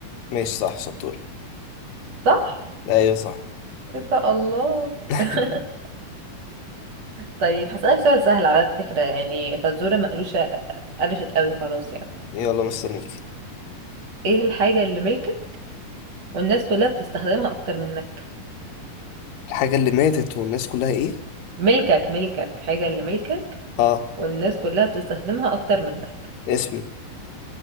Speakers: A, on the left; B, on the right.
A: ماشي صح شطور
B: صح
A: ايوه صح
B: يبقى الله
A: <laughs>
B: <laughs> طيب هسألك سؤال سهل على فكرة يعني فالزورة مقلوشة قلشت قوي خلاص يعني
A: يلا مستنيك
B: ايه الحاجة اللي ملكك والناس كلها بتستخدمها أكتر منك
A: الحاجه اللي ماتت والناس كلها ايه
B: ملكك ملكك حاجة اللي ملكك
A: اه
B: والناس كلها بتستخدمها أكتر منك
A: اسمي